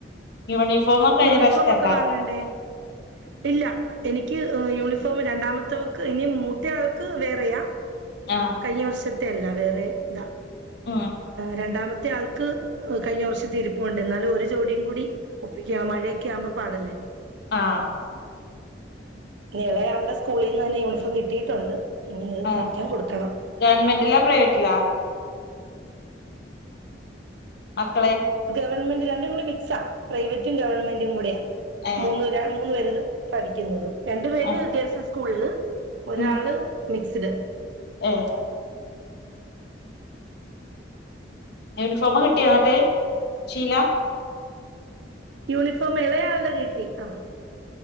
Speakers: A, on the left; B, on the right.
A: യൂണിഫോമൊക്കെ കഴിഞ്ഞ
B: യൂണിഫോം
A: പ്രാവശ്യത്തെ
B: ഒക്കെ
A: ണ്ടാ
B: വാങ്ങണ്ടേ ഇല്ല എനിക്ക് യൂണിഫോം രണ്ടാമത്തെവക്ക് ഇനി മൂത്ത ആൾക്ക് വേറെയാ
A: ആഹ്
B: കഴിഞ്ഞ വർഷം ത്തെ അല്ല വേറെതാ
A: ആഹ്
B: രണ്ടാമത്തെ ആൾക്ക് കഴിഞ്ഞ വർഷത്തെ ഇരിപ്പുണ്ട് എന്നാലും ഒരു ജോടിയും കൂടി ഒപ്പിക്കണം മഴയൊക്കെ ആവുമ്പോ പാടല്ലേ
A: ആഹ്
B: ള്ളയാളുടെ സ്കൂളിൽ നിന്ന് തന്നെ യൂണിഫോം കിട്ടിയിട്ടുണ്ട് ഇനി അത്
A: ആഹ്
B: തയ്ക്കാൻ കൊടുക്കണം
A: ഗവണ്മെന്റില്ലാ പ്രൈവറ്റിലാ മക്കളെ
B: ഗവൺമെന്റിലാ രണ്ടും കൂടി മിക്സാ പ്രൈവറ്റും ഗവൺമെൻറ്റും കൂടിയാ
A: ഏഹ്
B: മൂന്ന് മൂന്ന് വരത് പഠിക്കുന്നതും രണ്ടു പേര്
A: ആഹ്
B: ഗേൾസ് സ്കൂൾ ഒരാള്
A: ഉം
B: മിക്സ്ഡ്
A: ഏഹ് യൂണിഫോമ്കിട്ടിയൊന്ന്ട്ട് ഷീലാ
B: യൂണിഫോം ഇളയാളുടെ കിട്ടി ആ